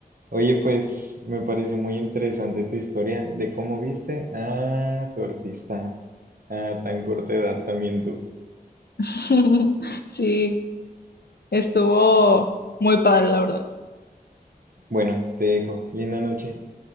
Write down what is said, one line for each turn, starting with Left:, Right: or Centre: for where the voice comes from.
Right: Oye, pues me pareció muy interesante tu historia de cómo viste a tu artista a tan corta edad también tú.
Left: <laughs> Sí, estuvo muy padre, la verdad.
Right: Bueno, te dejo. Linda noche.